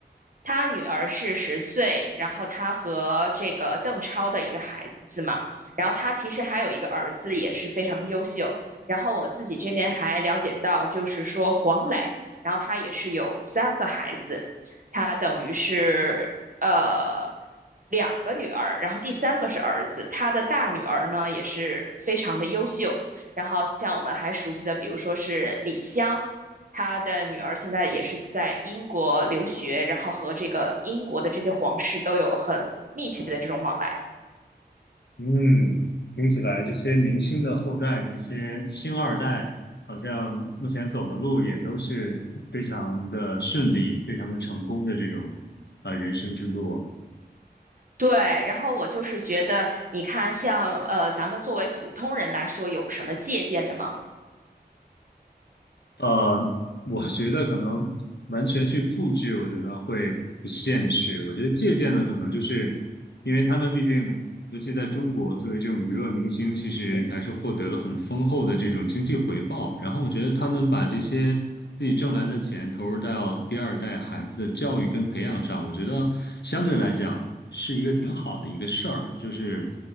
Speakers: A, on the right; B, on the left.
A: 他女儿是十岁，然后他和这个邓超的一个孩子嘛，然后他其实还有一个儿子，也是非常的优秀。然后我自己这边还了解到，就是说黄磊，然后他也是有三个孩子，他等于是呃两个女儿，然后第三个是儿子，他的大女儿呢也是非常的优秀。然后像我们还熟悉的，比如说是李湘，他的女儿现在也是在英国留学，然后和这个英国的这些皇室都有很密切的这种往来。
B: 嗯，听起来这些明星的后代，这些星二代，好像目前走的路也都是非常的顺利、非常的成功的这种呃人生之路啊。
A: 对，然后我就是觉得，你看像，呃，咱们作为普通人来说，有什么借鉴的吗？
B: 呃，我觉得可能完全去复制，我觉得会不现实。我觉得借鉴的可能就是，因为他们毕竟，尤其在中国，作为这种娱乐明星，其实还是获得了很丰厚的这种经济回报。然后我觉得他们把这些自己挣来的钱投入到第二代孩子的教育跟培养上，我觉得相对来讲是一个挺好的一个事儿，就是